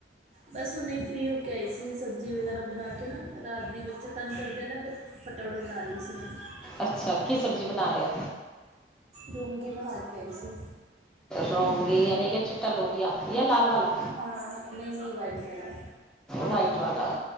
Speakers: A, on the right (about 40°); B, in the centre.
A: ਬਸ ਹੁਨੇ ਫਰੀ ਹੋ ਕੇ ਆਈ ਸੀ, ਸਬਜ਼ੀ ਵਗੈਰਾ ਬਣਾ ਕੇ ਨਾ ਰਾਤ ਦੀ ਬੱਚੇ ਤੰਗ ਕਰਦੇ ਨਾ ਫਿਰ। ਫਟਾਫਟ ਬਣਾ ਲਈ ਸੀ ਮੈਂ।
B: ਅੱਛਾ, ਕੀ ਸਬਜ਼ੀ ਬਣਾਏ।
A: ਰੋਂਗੀ ਬਣਾ ਕੇ ਆਈ ਸੀ।
B: ਰੋਂਗੀ ਯਾਨੀ ਕਿ ਚਿੱਟਾ ਲੋਬੀਆ ਜਾਂ ਲਾਲ ਵਾਲਾ।
A: ਹਾਂ, ਨਹੀਂ- ਨਹੀਂ ਵਾਈਟ ਵਾਲਾ।
B: ਵਾਈਟ ਵਾਲਾ,